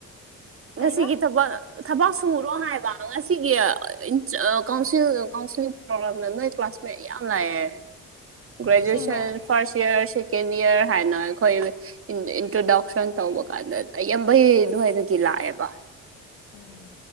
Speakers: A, on the right; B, on the left.
A: ꯉꯁꯤꯒꯤ
B: ꯀꯩꯕ
A: ꯊꯕꯛ ꯊꯕꯛ ꯁꯨꯔꯣ ꯍꯥꯏꯕ ꯉꯁꯤꯒꯤ ꯏꯟꯁ ꯀꯥꯎ꯭ꯟꯁꯤꯜ ꯀꯥꯎ꯭ꯟꯁꯤꯜ ꯄ꯭ꯔꯣꯕ꯭ꯂꯦꯝ ꯌꯥꯝ ꯂꯩ ꯀ꯭ꯂꯥꯁꯃꯦꯠ ꯌꯥꯝ ꯂꯥꯛꯑꯦ ꯒ꯭ꯔꯦꯖ꯭ꯌꯦꯁꯟ
B: ꯑꯁꯦꯡꯕ
A: ꯐꯥ꯭ꯔꯁ ꯏꯌ꯭ꯔ ꯁꯦꯀꯦꯟ ꯏꯌ꯭ꯔ ꯍꯥꯏꯅ ꯑꯩꯈꯣꯏ ꯏꯟ ꯏꯟꯇ꯭ꯔꯗꯛꯁꯟ ꯇꯧꯕ ꯀꯥꯟꯗ ꯑꯩꯌꯥꯝꯕꯩ ꯑꯗꯨꯋꯥꯏꯗꯒꯤ ꯂꯥꯛꯑꯦꯕ
B: ꯎꯝ